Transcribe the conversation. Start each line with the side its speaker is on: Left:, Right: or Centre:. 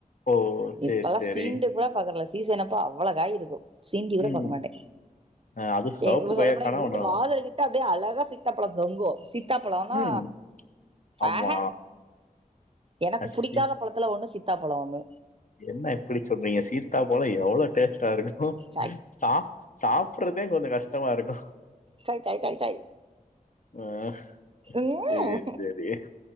Left: ஓ சேரி
Right: இப்பலா
Left: சேரி
Right: சீன்டி கூட பாக்ரதுல்ல சீசன் அப்ப அவ்வளகாயி இருக்கு சீண்டி கூட
Left: ம்
Right: பாக்க மாட்டே
Left: அ அது சிவப்பு
Right: எ இப்ப சொல்ல
Left: கொய்யாக்கானா
Right: போனா எங்க வீட்டு
Left: ஒன்னு
Right: வாதல்ட கிட்டு அப்படியே அழகா சீத்தப்பழோ தொங்கு சித் சீத்தாபலோனா
Left: ம் ஆமா
Right: அஹ எனக்கு
Left: சி
Right: புடிக்காத பழத்துல ஒன்னு சீத்தாப்பழோ ஒண்ணு
Left: என்ன இப்டி சொல்றீங்க சீத்தா பழோ எவ்ளோ டேஸ்டா இருக்கு
Right: சை
Left: சா சாப்பறதே கொஞ்சோ கஷ்டமா இருக்கு
Right: தாய் தாய் தாய் தாய்
Left: ஆ சேரி
Right: ம்
Left: சேரி